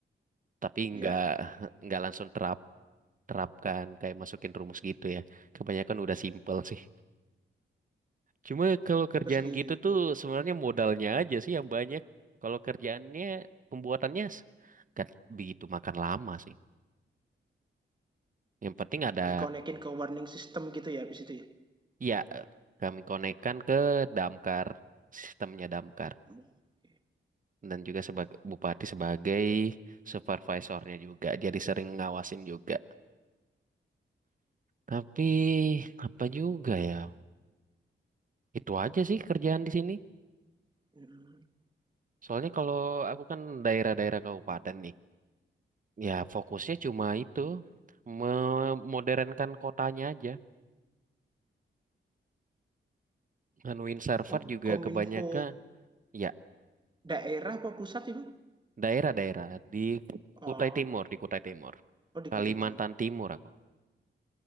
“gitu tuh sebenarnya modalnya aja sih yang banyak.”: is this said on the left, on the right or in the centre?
Right